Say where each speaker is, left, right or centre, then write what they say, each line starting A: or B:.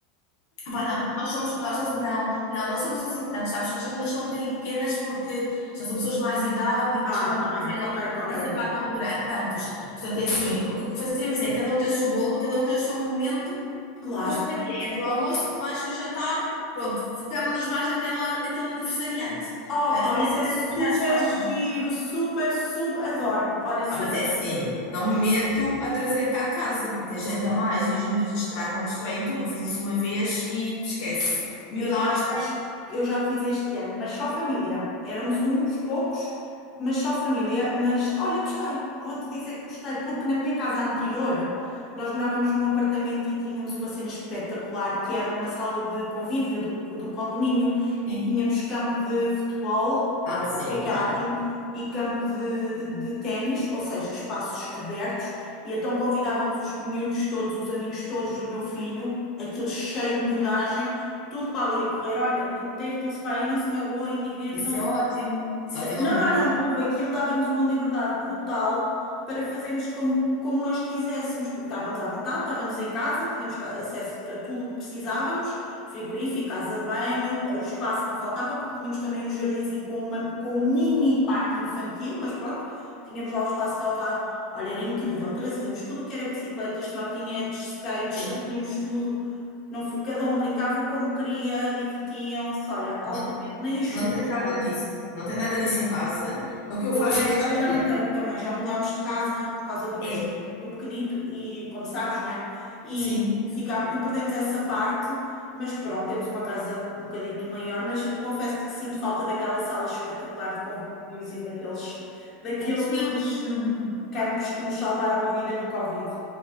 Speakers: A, on the left (about 60°); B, on the left (about 30°).
A: Pá, não, nós somos, nós não, não, não, não somos assim tantos, sabes? As famílias são um bocadinho pequenas porque já são pessoas de mais idade e que
B: Ah,
A: já não
B: tá
A: conseguem
B: bem, ok,
A: participar
B: ok, ok.
A: tão gran- tantos. Portanto, é assim, o que fazemos é cada um tem o seu bolo, cada um tem o seu momento,
B: Claro.
A: depois varia entre o almoço, o lanche e o jantar, pronto, focamos-nos mais naquela, naquele aniversariante.
B: Opa,
A: Ah, e nas
B: isso é super
A: nas atividades que gostam.
B: giro, super, super, adoro. Olha, super
A: Ah, mas é assim,
B: giro.
A: não me meto a trazer cá a casa, porque a gente a mais e os miúdos estragam, destroem tudo. Eu fiz isso uma vez e esquece. Miudagem,
B: Eu já fiz, eu já fiz este ano, mas só família. Éramos uns poucos, mas só família. Mas olha, gostei, vou-te dizer que gostei, porque na minha casa anterior nós morávamos num apartamento e tínhamos uma cena espetacular que era uma sala de convívio do, do condomínio e
A: sim.
B: tínhamos campo de futebol, ou
A: Ah, sim,
B: o que é que
A: claro.
B: era aquilo, e campo de, de, de ténis, ou seja, espaços abertos. E então convidávamos os miúdos todos, os amigos todos do meu filho, aquilo cheio de miudagem tudo para ali a correr. Olha, entretam-se para aí, não se magoem, divirtam-se.
A: Isso é ótimo. Só
B: Isso-
A: que
B: é,
A: eu
B: Não,
A: não tenho
B: não,
A: nada.
B: não, houve. Aquilo dava-nos uma liberdade brutal para fazermos como, como nós quiséssemos, porque estávamos à vontade, estávamos em casa, tínhamos ca- acesso a tudo o que precisávamos, frigorífico, casa de banho, o espaço não faltava, porque tínhamos também um jardinzinho com, uma- com um mini parque infantil, mas pronto, tínhamos lá o espaço relevado. Olha, era incrível, trazíamos tudo o que era bicicletas, trotinetes, skates,
A: Sim,
B: trazíamos tudo. Não, foi- cada um brincava como queria, divertiam-se, olha, altamente,
A: não,
B: nem a chuva,
A: não tenho nada disso. Não tenho nada disso em casa. O que eu
B: eu
A: faço
B: também
A: mesmo,
B: agora já não
A: olha,
B: tenho também, já mudámos de casa por causa do nascimento
A: é,
B: do pequenito e como sabes, não é? E,
A: sim,
B: ficámos, e perdemos essa parte, mas pronto, temos uma casa um bocadito maior, mas confesso que sinto falta daquela sala espetacular de convívios e daqueles, daqueles
A: aqui. eu-
B: hum, campos que nos salvaram a vida no Covid.